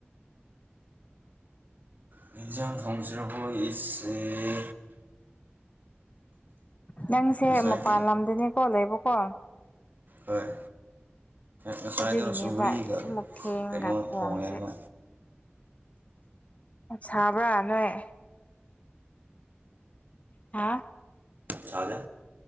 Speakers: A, on the right (about 50°); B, on the left (about 35°).
A: ꯀꯩ ꯏꯟꯖꯥꯡ ꯈꯣꯡꯁꯤ꯭ꯔꯕꯨ ꯏꯁ ꯑꯦ
B: ꯅꯪꯁꯦ
A: ꯉꯁꯥꯏꯗꯤ
B: ꯃꯄꯥꯟ ꯂꯝꯗꯅꯦꯀꯣ ꯂꯩꯕꯀꯣ
A: ꯍꯣꯏ ꯉꯁꯥꯏꯗꯣ
B: ꯑꯗꯨꯒꯤꯅꯦꯕ
A: ꯁꯧꯒꯔꯤꯒ
B: ꯁꯤꯃꯨꯛ ꯊꯦꯡꯒ
A: ꯀꯩꯅꯣ
B: ꯊꯣꯡꯉꯤꯁꯦ
A: ꯊꯣꯡꯉꯦꯕ
B: ꯁꯥꯕ꯭ꯔꯥ ꯅꯣꯏ ꯍꯥ
A: ꯁꯥꯗꯦ